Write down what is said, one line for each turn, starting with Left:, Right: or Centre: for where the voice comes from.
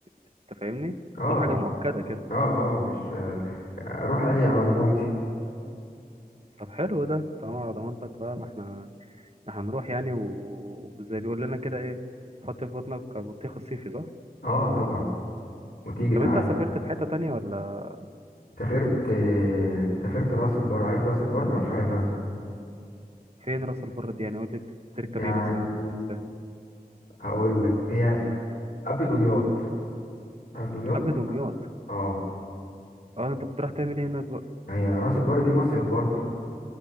Right: انت فاهمني
Left: اه
Right: بتقول حاجة مؤكدة كده
Left: اه اه مش اروح اني على ضمانتي
Right: طب حلو ده طالما على ضمانتك بقى ما احنا إحنا هنروح يعني و- وزي بيقول لنا كده ايه حط في بطنك بطيخ الصيفي صح
Left: اه طبعا وتيجي تعالى
Right: طب انت سافرت في حتة تانية ولا
Left: سافرت سافرت راس البر عارف راس البر انا مش عارفها
Right: فين راس البر دي يعني قول لي بتركب
Left: يعني
Right: ايه مثلا ولا بتروح إزاي؟
Left: هقول لك هي قبل دمياط عارف دمياط
Right: قبل دمياط
Left: اه
Right: اه انت كنت رايح تعمل ايه هناك بقى
Left: هي راس البر دي مصيف برضه